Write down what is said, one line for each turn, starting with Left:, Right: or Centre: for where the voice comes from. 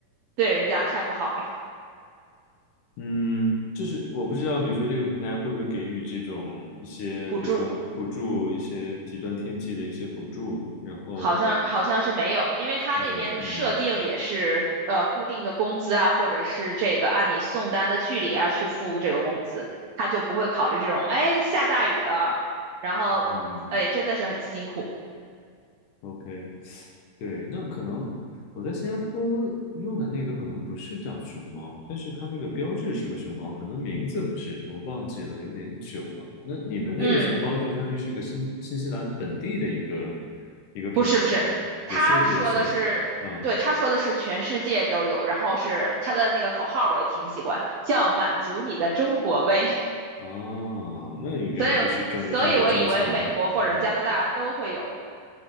Right: 对人家太不好了，
Left: 嗯，就是我不知道，比如说这个平台会不会给予这种一些，
Right: 补助。
Left: 比如说补助，一些极端天气的一些补助，然后
Right: 好像好像是没有，因为他那边的设定也是呃固定的工资啊，
Left: 没有，嗯
Right: 或者是这个按你送单的距离啊去付这个工资，他就不会考虑这种，哎，下大雨了，然后哎真的是很辛苦。
Left: 嗯，OK，对，那可能我在新加坡用的那个可能不是叫熊猫，但是它那个标志是个熊猫，可能名字不是，我忘记了，有点久了。那你们那个熊猫就相当于是个新新西兰本地的一个
Right: 嗯，
Left: 一个平台喽，
Right: 不是不是，他说的是，
Left: 也是连锁的，嗯
Right: 对，他说的是全世界都有，然后是他的那个口号我也挺喜欢，叫满足你的中国胃，
Left: 哦，那应该就是专门针对中餐的，
Right: <laughs> 所以所以我以为美国或者加拿大都会有，
Left: 嗯，